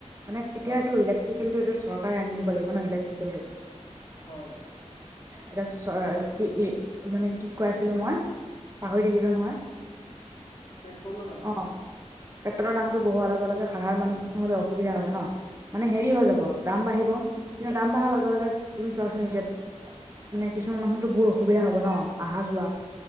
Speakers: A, on the right; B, on the left.
A: মানে এতিয়া
B: হয়
A: এইটো ইলেক্ট- টিকেলটো এইটো চৰকাৰে আনি দিব লাগিব ন ইলেক্ট্ৰিকেলটো।
B: হয়।
A: এটা চ ই ই মানে কি কই আছিলো মই পাহৰি থাকিলো নহয়।
B: পেট্ৰলৰ দাম
A: অঁ পেট্ৰলৰ দামটো বহোৱা লগে লগে সাধাৰণ মানুহ হলে অসুবিধা হব ন। মানে হেৰি হৈ যাব দাম বাঢ়িব কিন্তু দাম বাঢ়াৰ লগে লগে তুমি চোৱাচোন এতিয়া- মানে কিছুমান মানুহতো বহুত অসুবিধা হব ন অহা যোৱা।